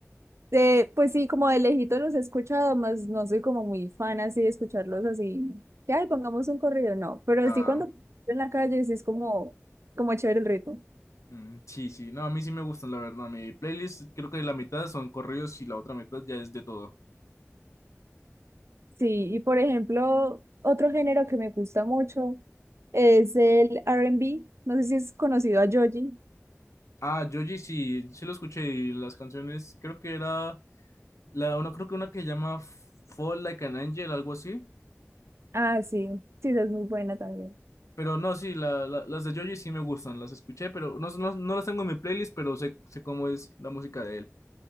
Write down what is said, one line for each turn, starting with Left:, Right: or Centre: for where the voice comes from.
Right: Eh, pues sí, como de lejito los he escuchado, más no soy como muy fan así de escucharlos así, que ay, pongamos un corrido, no, pero
Left: Ah,
Right: así cuando en la calle sí es como, como chévere el ritmo.
Left: mm, sí, sí, no, a mí sí me gustan, la verdad. Mi playlist creo que la mitad son correos y la otra mitad ya es de todo.
Right: Sí, y por ejemplo, otro género que me gusta mucho es el R&B. No sé si es conocido a Joji.
Left: Ah, Joji sí, sí lo escuché y las canciones, creo que era la una, creo que una que llama Fall Like an Angel, algo así.
Right: Ah, sí, sí, esa es muy buena también.
Left: Pero no, sí, la, la- las de Joji sí me gustan, las escuché, pero no, no, no las tengo en mi playlist, pero sé, sé cómo es la música de él.